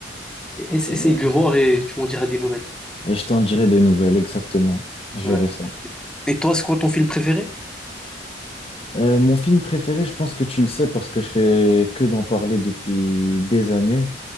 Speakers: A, in the centre; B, on the left.
A: Et- ess-
B: Et,
A: Essaye de le voir et tu m'en diras des nouvelles.
B: et je t'en dirai des nouvelles, exactement. Je
A: Ouais.
B: verrai ça.
A: Et toi, c'est quoi ton film préféré?
B: Euh, mon film préféré, je pense que tu le sais parce que je fais que d'en parler depuis des années,